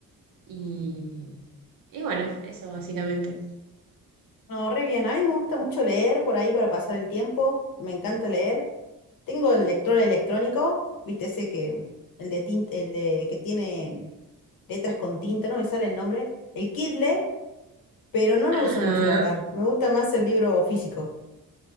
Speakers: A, on the right; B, on the left.
A: Y, y bueno, eso básicamente.
B: No, re bien. A mí me gusta mucho leer por ahí para pasar el tiempo. Me encanta leer. Tengo el lector electrónico, viste ese que, el de tinta, el de, que tiene letras con tinta, no me sale el nombre. El Kindle, pero no
A: Ajá.
B: lo uso mucho, la verdad. Me gusta más el libro físico.